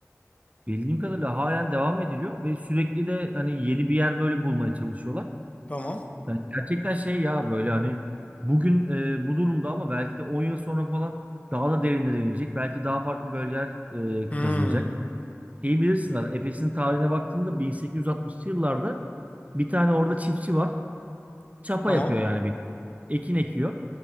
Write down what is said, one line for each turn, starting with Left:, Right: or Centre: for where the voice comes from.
Right: bildiğim kadarıyla halen devam ediliyor ve sürekli de hani yeni bir yer böyle bulmaya çalışıyorlar.
Left: Tamam.
Right: Hani gerçekten şey ya böyle hani bugün e, bu durumda ama belki de 10 yıl sonra falan daha da derinlere inilecek. Belki daha farklı bölgeler e,
Left: Hmm.
Right: kazılacak. İyi bilirsinler Efes'in tarihine baktığında 1860'lı yıllarda bir tane orada çiftçi var. Çapa
Left: Tamam.
Right: yapıyor yani bir ekin ekiyor.